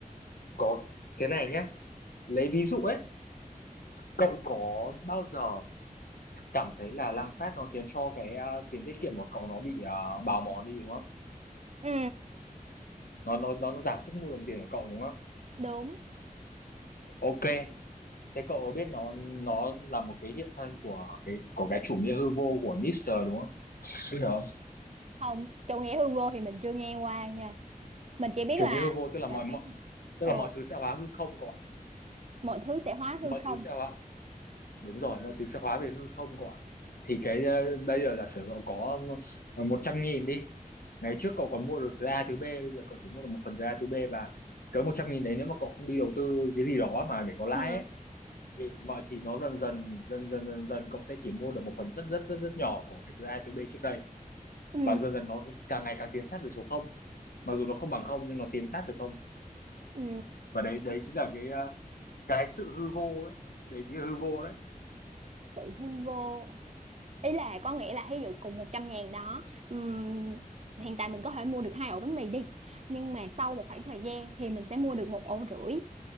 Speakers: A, on the left; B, on the right.
A: có thế này nhé, lấy ví dụ ấy, cậu có bao giờ cảm thấy là lạm phát nó khiến cho cái ờ, tiền tiết kiệm của cậu nó bị ờ, bào mòn đi đúng không?
B: ừ,
A: Nó nó nó nó giảm sức mua đồng tiền của cậu đúng không?
B: đúng.
A: Ok, thế cậu có biết nó nó là một cái hiện thân của cái của cái chủ nghĩa hư vô của Nietzsche đúng không? Biết rồi không?
B: không chủ nghĩa hư vô thì mình chưa nghe qua nha mình chỉ biết
A: Chủ
B: là
A: nghĩa hư vô tức là mọi
B: là
A: mọi
B: phải
A: tức
B: ờ
A: là mọi thứ sẽ hóa hư không cậu ạ.
B: mọi thứ sẽ hóa hư
A: Mọi
B: không
A: thứ sẽ hóa đúng rồi mọi thứ sẽ hóa về hư không cậu ạ thì cái ờ, bây giờ giả sử cậu có ờ, một trăm nghìn đi ngày trước cậu còn mua được thứ A thứ B bây giờ cậu chỉ mua được một phần thứ A thứ B và cái một trăm nghìn đấy nếu mà cậu không đi đầu tư cái gì đó mà để có lãi
B: Ờ,
A: ấy, thì mọi thì nó dần dần dần dần dần dần cậu sẽ chỉ mua được một phần rất rất rất rất nhỏ của cái thứ A thứ B trước đây
B: ừ,
A: và dần dần nó càng ngày càng tiến sát về số không mặc dù nó không bằng không nhưng nó tiến sát về không
B: ừ,
A: và đấy đấy chính là cái ờ, cái sự hư vô ấy đấy chính là hư vô đấy
B: sự hư vô ý là có nghĩa là ví dụ cùng 100 ngàn đó ừm, hiện tại mình có thể mua được hai ổ bánh mì đi nhưng mà sau một khoảng thời gian thì mình sẽ mua được một ổ rưỡi